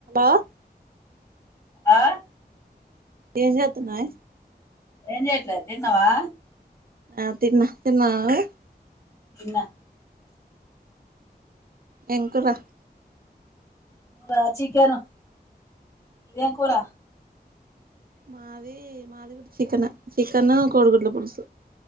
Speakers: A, on the right (about 60°); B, on the left (about 20°).
A: ఆహ్.
B: ఆహ్.
A: ఏంజేత్తున్నావే.
B: ఏంజెట్లే! తిన్నవా?
A: ఆహ్ తిన్నా. తిన్నావ నువ్వు.
B: తిన్నా.
A: ఏం కూరా.
B: రా చికెను. మీదెం కూరా.
A: మాది మాది గూడా చికెనే. చికెన్ కోడిగుడ్ల పులుసు.